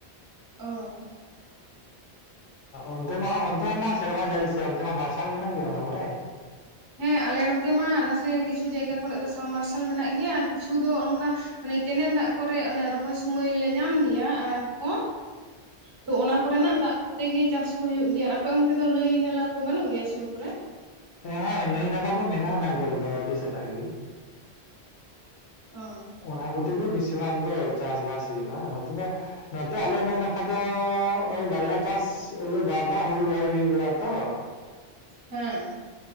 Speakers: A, on the right (about 35°); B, on the left (about 75°).
A: ᱚ
B: <unintelligible> ᱚᱱᱛᱮ ᱢᱟ ᱚᱱᱛᱮ ᱢᱟ ᱥᱮᱨᱢᱟ ᱡᱟᱹᱲᱤ ᱥᱮ ᱚᱱᱛᱮ ᱢᱟ ᱢᱟᱨᱥᱟᱞ ᱢᱮᱱᱟᱜ ᱜᱮᱭᱟ ᱚᱱᱟ ᱠᱚᱨᱮ?
A: ᱦᱮᱸ ᱟᱞᱮ ᱱᱚᱛᱮ ᱢᱟ ᱱᱟᱥᱮ ᱠᱤᱪᱷᱩ ᱡᱟᱭᱜᱟ ᱠᱚᱨ ᱫᱚ ᱥᱟᱢ ᱢᱟᱨᱥᱟᱞ ᱢᱮᱱᱟᱜ ᱜᱮᱭᱟ ᱟᱨ ᱠᱤᱪᱷᱩ ᱫᱚ ᱚᱱᱠᱟ ᱢᱟᱱᱮ ᱠᱮᱱᱮᱞ ᱫᱟᱜ ᱠᱚᱨᱮ ᱚᱱᱮ ᱨᱚᱦᱚᱭ ᱥᱩᱢᱟᱹᱭ ᱞᱮ ᱧᱟᱢ ᱜᱮᱭᱟ ᱟᱲᱟᱜ ᱠᱚ᱾ ᱛᱚ ᱚᱱᱟ ᱠᱚᱨᱮᱱᱟᱜ ᱫᱟᱜ ᱠᱚᱛᱮ ᱜᱮ ᱪᱟᱥ ᱠᱚ ᱦᱩᱭᱩᱜ ᱜᱮᱭᱟ ᱟᱨ ᱟᱯᱮ ᱚᱱᱛᱮ ᱫᱚ ᱱᱟᱹᱭ ᱱᱟᱞᱟ ᱠᱚ ᱵᱟᱹᱱᱩᱜ ᱜᱮᱭᱟ ᱥᱩᱨ ᱠᱚᱨᱮ?
B: ᱦᱮᱸ ᱱᱟᱹᱭ ᱱᱟᱞᱟ ᱠᱚ ᱢᱮᱱᱟᱜᱼᱟ ᱚᱱᱟ ᱠᱚᱨᱮ ᱫᱚ ᱟᱹᱰᱤ ᱥᱮᱛᱟᱜ ᱜᱮ᱾
A: ᱚ
B: ᱚᱱᱟ ᱠᱚᱛᱮᱜ ᱜᱮ ᱵᱮᱥᱤᱨ ᱵᱷᱟᱜᱽ ᱫᱚ ᱪᱟᱥᱵᱟᱥ ᱦᱩᱭᱩᱜᱼᱟ ᱱᱚᱛᱮ ᱫᱚ᱾ ᱱᱚᱛᱮ ᱟᱞᱮ ᱱᱚ ᱱᱟᱠᱷᱟ ᱫᱚ ᱵᱟᱨᱭᱟ ᱪᱟᱥ ᱵᱟᱨ ᱫᱷᱟᱜ ᱦᱩᱲᱩ ᱨᱚᱦᱚᱭ ᱦᱩᱭ ᱵᱟᱲᱟᱜᱼᱟ ᱛᱚ᱾
A: ᱦᱩᱸ